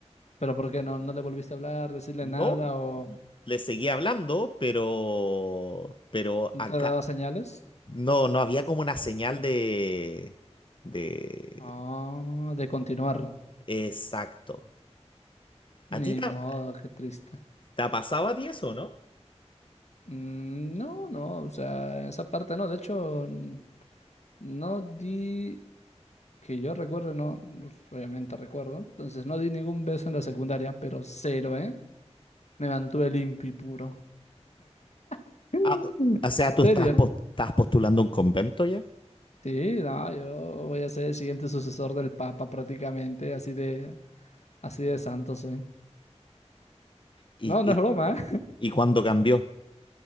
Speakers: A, on the left; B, on the left.
A: pero ¿por qué no? ¿No le volviste a hablar, decirle
B: No,
A: nada o
B: le seguí hablando, pero, pero
A: no
B: acá
A: te daba señales?
B: no, no había como una señal de, de...
A: Ah, de continuar.
B: Exacto.
A: Ni
B: ¿A ti te,
A: modo,
B: ha-
A: qué triste.
B: te ha pasado a ti eso, no?
A: Mm, No, no, o sea, en esa parte no. De hecho, n- no di, que yo recuerdo, no, pues, obviamente recuerdo. Entonces no di ningún beso en la secundaria, pero cero, ¿eh? Me mantuve limpio y puro. <laughs> ¿En
B: Ah, o sea, tú
A: serio?
B: estás, pos- estás postulando un convento ya
A: Sí, no, yo voy a ser el siguiente sucesor del Papa prácticamente, así de, así de santo soy.
B: y,
A: No, no
B: y
A: es broma, ¿eh?
B: y cuando cambió